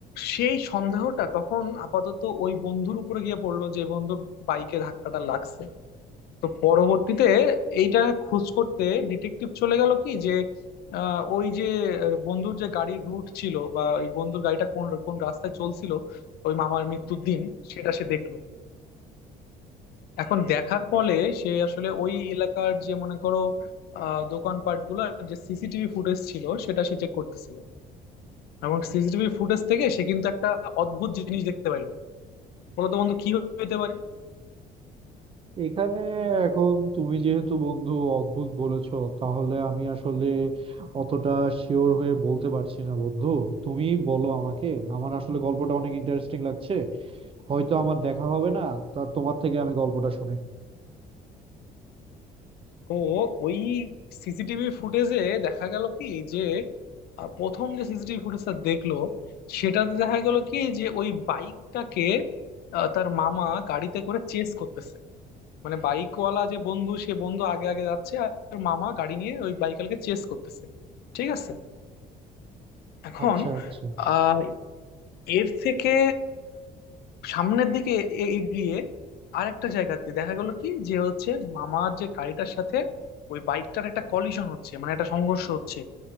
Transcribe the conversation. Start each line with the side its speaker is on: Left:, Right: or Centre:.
Left: সেই সন্দেহটা তখন আপাতত ওই বন্ধুর উপরে গিয়ে পড়লো যে বন্ধুর বাইকে ধাক্কাটা লাগছে তো পরবর্তীতে এইটা খোঁজ করতে ডিটেকটিভ চলে গেল কি যে আহ, ওই যে আহ, বন্ধুর যে গাড়ির রুট ছিল বা ওই বন্ধুর গাড়িটা কোন কোন রাস্তায় চলছিল ওই মামার মৃত্যুর দিন সেটা সে দেখলো এখন দেখার ফলে সে আসলে ওই এলাকার যে মনে করো আহ দোকানপাট গুলো যে সিসিটিভি ফুটেজ ছিল সেটা সে চেক করতেছিল এবং সিসিটিভি ফুটেজ থেকে সে কিন্তু একটা অদ্ভুত জিনিস দেখতে পাইলো বলতো বন্ধু কি হইতে পারে
Right: এখানে এখন তুমি যেহেতু বন্ধু অদ্ভুত বলেছো তাহলে আমি আসলে অতটা শিওর হয়ে বলতে পারছি না বন্ধু তুমি বলো আমাকে আমার আসলে গল্পটা অনেক ইন্টারেস্টিং লাগছে হয়তো আমার দেখা হবে না তা তোমার থেকে আমি গল্পটা শুনে নিই
Left: তো ওই সিসিটিভি ফুটেজে দেখা গেল কি যে আহ, প্রথম যে সিসিটিভি ফুটেজটা দেখলো সেটাতে দেখা গেল কি যে ওই বাইকটাকে আহ, তার মামা গাড়িতে করে চেস করতেছে মানে বাইকওয়ালা যে বন্ধু সে বন্ধু আগে আগে যাচ্ছে আর তার মামা গাড়ি নিয়ে ওই বাইকওয়ালাকে চেস করতেছে ঠিক আছে এখন
Right: আচ্ছা আচ্ছা
Left: আহ এর থেকে সামনের দিকে এ- এগিয়ে আর একটা জায়গাতে দেখা গেল কি যে হচ্ছে মামার যে গাড়িটার সাথে ওই বাইকটার একটা কলিশন হচ্ছে মানে একটা সংঘর্ষ হচ্ছে